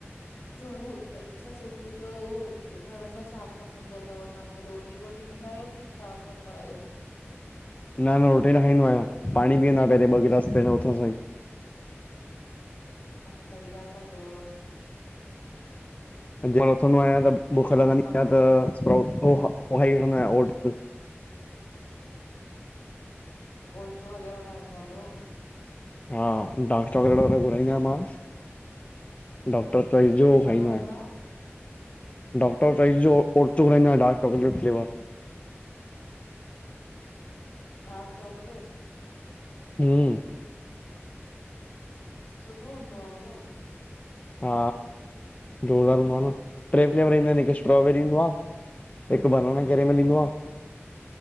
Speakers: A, on the left (about 70°); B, on the left (about 30°).
A: सुबह अच्छा सुबुह जो उथण सां छा खपंदो तव? तांखे रोटी वोटी ॾींदा आहियो कि छा कंदा आहियो?
B: न न रोटी न खाईंदो आहियां, पाणी पीअंदो आहियां पहिरियों ॿ गिलास पहिरं उथण सां ई।
A: बढ़िया ता कयो।
B: जिंअ मां उथंदो आहियां त
A: ऐं
B: बुख
A: हुन
B: लॻंदी
A: खां
B: आ
A: पोइ
B: त स्प्राउट्स अंउ हिक खाइंदो आंयां ओट्स।
A: ओट्स वग़ैरह खाईंदा आहियों।
B: हा, डार्क चॉकलेट वारो घुराईंदो आहियां मां, डॉक्टर चोइस जो हु
A: छा
B: खाईंदो
A: घुराईंदा
B: आंयां।
A: आहियो
B: डॉक्टर चौइस जो ओट्स घुरांइंदो आंयां dark chocolate flavour.
A: Dark chocolate.
B: हम्म
A: सुठो हूंदो आ उहो?
B: हा ज़ोरदारु हूंदो आ न, ट्रे फ्लेवर ईंदा आहिन हिकु स्ट्रोबेरी आ हिकु बनाना केरेमल ईंदो आ